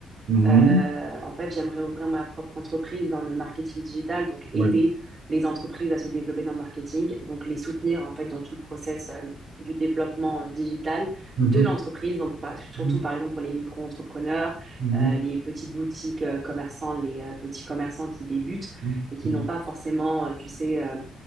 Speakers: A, on the right; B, on the right.
A: Mhm.
B: Euh, en fait, j'aimerais ouvrir ma propre entreprise dans le marketing digital, donc aider
A: Oui.
B: les entreprises à se développer dans le marketing, donc les soutenir en fait dans tout le process euh, du développement euh, digital
A: Mhm.
B: de l'entreprise. Donc par- surtout
A: Mhm.
B: par exemple pour les micro-entrepreneurs,
A: Mhm.
B: euh, les petites boutiques euh, commerçants, les euh, petits commerçants qui débutent
A: Mhm.
B: et qui
A: Mhm.
B: n'ont pas forcément, euh, tu sais. euh,